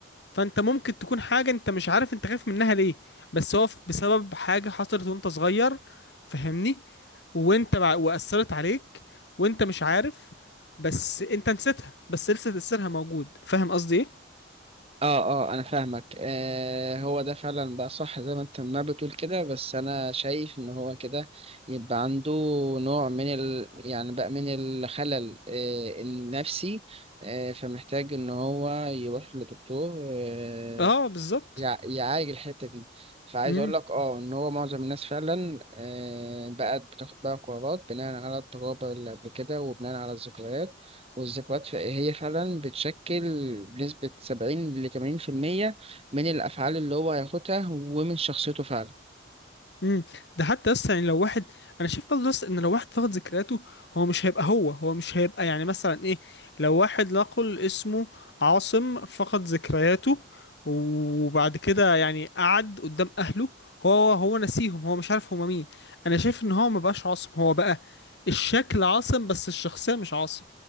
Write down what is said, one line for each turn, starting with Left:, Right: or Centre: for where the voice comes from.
Left: فانت ممكن تكون حاجة انت مش عارف انت خايف منها ليه بس هو ف- بسبب حاجة حصلت وانت صغير فهمني وانت بع... وأثرت عليك وانت مش عارف بس انت نسيتها بس لسه تأثيرها موجود فاهم قصدي ايه
Right: اه اه انا فاهمك آه هو ده فعلا بقى صح زي ما انت ما بتقول كده بس انا شايف ان هو كده يبقى عنده نوع من ال يعني بقى من الخلل آه النفسي آه فمحتاج ان هو يروح لدكتور آه
Left: اه بالظبط
Right: يع- يعالج الحتة دي فعايز
Left: مم.
Right: أقول لك أه إن هو معظم الناس فعلا آه، بقت بتاخد بقى قرارات بناء على التجارب اللي قبل كده وبناء على الذكريات والذكريات ف- هي فعلا بتشكل بنسبة سبعين لتمانين في المية من الأفعال اللي هو هياخدها ومن شخصيته فعلا
Left: امم ده حتى اصلا يعني لو واحد انا شايف برضه لسه ان لو واحد فقد ذكرياته هو مش هيبقى هو هو مش هيبقى يعني مثلا ايه لو واحد نقل اسمه عاصم فقد ذكرياته وبعد كده يعني قعد قدام اهله هو هو نسيهم هو مش عارف هما مين انا شايف ان هو ما بقاش عاصم هو بقى الشكل عاصم بس الشخصية مش عاصم